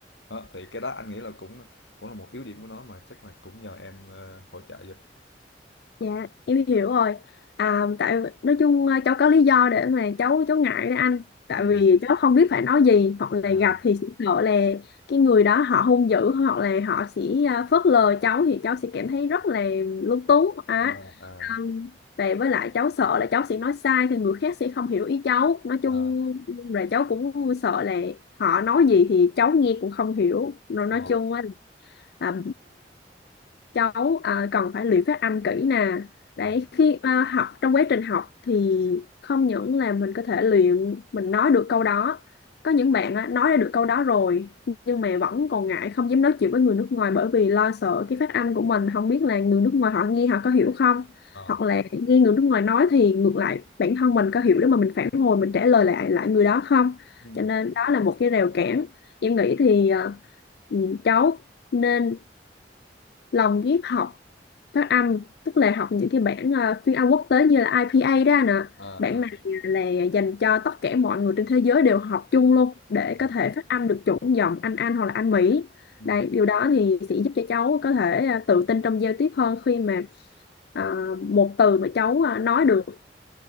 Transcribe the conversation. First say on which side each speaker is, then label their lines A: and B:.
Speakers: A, on the left; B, on the left.
A: đó, thì cái đó anh nghĩ là cũng cũng là một yếu điểm của nó mà chắc là cũng nhờ em ờ, hỗ trợ giúp
B: Dạ, em hiểu rồi. À, tại nói chung à, cháu có lý do để mà cháu cháu ngại đấy anh. Tại
A: ừ.
B: vì cháu không biết phải nói gì hoặc là
A: à,
B: gặp thì sẽ sợ là cái người đó họ hung dữ hoặc là họ sẽ à, phớt lờ cháu thì cháu sẽ cảm thấy rất là lúng túng á.
A: à, à,
B: À, và với lại cháu sợ là cháu sẽ nói sai thì người khác sẽ không hiểu ý cháu. Nói
A: à.
B: chung là cháu cũng sợ là họ nói gì thì cháu nghe cũng không hiểu. Rồi nói
A: Ờ,
B: chung á, là à, cháu à, cần phải luyện phát âm kỹ nè
A: ừ,
B: đấy khi à, học trong quá trình học thì không những là mình có thể luyện mình nói được câu đó có những bạn á, nói ra được câu đó rồi nhưng mà vẫn còn ngại không dám nói chuyện với người nước ngoài bởi vì lo sợ cái phát âm của mình không biết là người nước ngoài họ nghe họ có hiểu không
A: ờ,
B: hoặc là nghe người nước ngoài nói thì ngược lại bản thân mình có hiểu để mà mình phản hồi mình trả lời lại lại người đó không
A: ừ.
B: cho nên đó là một cái rào cản em nghĩ thì à, ừ, cháu nên lòng ghép học phát âm tức là học những cái bản ờ, phiên âm quốc tế như là IPA đó anh ạ
A: ờ,
B: bản
A: ờ,
B: này là dành cho tất cả mọi người trên thế giới đều học chung luôn để
A: ừ,
B: có thể phát âm được chuẩn giọng Anh Anh hoặc là Anh Mỹ
A: ừ,
B: đây điều đó thì sẽ giúp cho cháu có thể ờ, tự tin trong giao tiếp hơn khi mà ờ, một từ mà cháu ờ, nói được